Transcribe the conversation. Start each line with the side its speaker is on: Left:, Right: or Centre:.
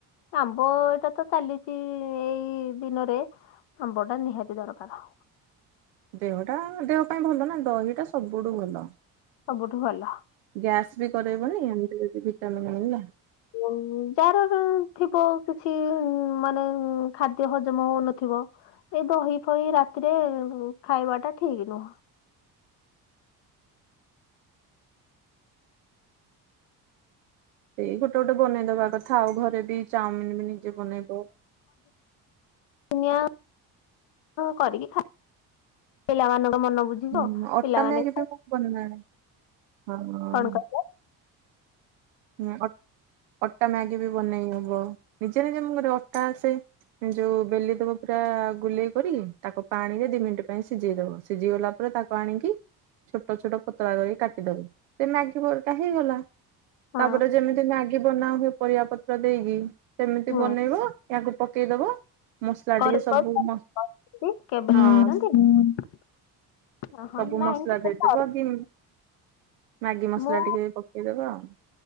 Left: ଆମ୍ବ ଏଇଟା ତ ଚାଲିଛି ଏଇ ଦିନରେ ଆମ୍ବଟା ନିହାତି ଦରକାର।
Right: ଦେହଟା ଦେହ ପାଇଁ ଭଲ ନା ଦହିଟା ସବୁଠୁ ଭଲ।
Left: ସବୁଠୁ ଭଲ
Right: ଗ୍ୟାସ ବି କରେଇବନି ଏମତି ଯଦି ଭିଟାମନ୍ ମି ନା
Left: ଉ ଯାହାର ଥିବ କିଛି ମାନେ ଖାଦ୍ୟ ହଜମ ହଉନଥିବ ଏଇ ଦହି ଫହି ରାତିରେ ଖାଇବାଟା ଠିକ ନୁହଁ
Right: ସେଇ ଗୋଟେ ଗୋଟେ ବନେଇଦବା କଥା ଆଉ ଘରେ ବି ଚାଉମିନ ବି ନିଜେ ବନେଇବ
Left: ଦୁନିଆ କରିକି ଖ ପିଲାମାନଙ୍କ ମନ ବୁଝ
Right: ହୁଁ
Left: ବ
Right: ଅଟା
Left: ପିଲାମାନେ
Right: ମ୍ୟାଗି ବି ମୁଁ ବନାଏ ହଁ।
Left: କଣ କହି
Right: ଉ ଅ - ଅଟା ମ୍ୟାଗି ବି ବନେଇ ହବ ନିଜେ ନିଜେ ମୁଁ ଗୋଟେ ଅଟା ଆସେ ଯୋଉ ବେଲି ଦବ ପୁରା ଗୁଲେଇ କରି ତାକୁ ପାଣି ରେ ଦି ମିନିଟ ପାଇଁ ସିଝେଇ ଦବ ସିଝି ଗଲା ପରେ ତାକୁ ଆଣିକି ଛୋଟ ଛୋଟ ପତଳା କରିକି କାଟିଦବୁ ସେ ମ୍ୟାଗି ବରଟା ହେଇଗଲା
Left: ହଁ
Right: ତାପରେ ଯେମିତି ମ୍ୟାଗି ବନା ହୁଏ ପରିବା ପତ୍ର ଦେଇକି ସେମିତି
Left: ହୁଁ
Right: ବନେଇବ ଏହାାକୁ ପକେଇଦବ ମସଲା
Left: କରି
Right: ଟିକେ ସବୁ
Left: କରୁଛନ୍ତି
Right: ମ
Left: କେବେ
Right: ହଁ
Left: କରୁଛନ୍ତି?
Right: ଶ୍
Left: ଓହୋ
Right: ସବୁ
Left: ନାଇଁ
Right: ମସଲା
Left: କେବେ
Right: ଦେଇଦବ
Left: କରିନି
Right: ଆ କି ମ୍ୟାଗି ମସଲା
Left: ମୁଁ
Right: ଟିକେ ପକେଇଦବା ଆଉ